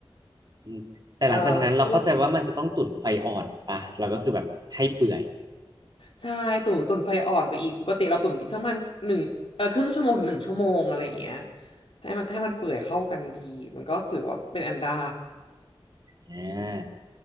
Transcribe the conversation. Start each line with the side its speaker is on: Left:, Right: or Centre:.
Right: อืมแต่หลังจากนั้นเราเข้าใจว่ามันจะต้องตุ๋นไฟอ่อนป่ะเราก็คือแบบให้เปื่อย
Left: เอ่อสำหรับใช่ตุ๋นตุ๋นไฟอ่อนไปอีกปกติเราตุ๋นอีกสักประมาณหนึ่งเออครึ่งชั่วโมงถึงหนึ่งชั่วโมงอะไรอย่างเงี้ยให้มันให้มันเปื่อยเข้ากันดีมันก็ถือว่าเป็นอันได้
Right: อ่า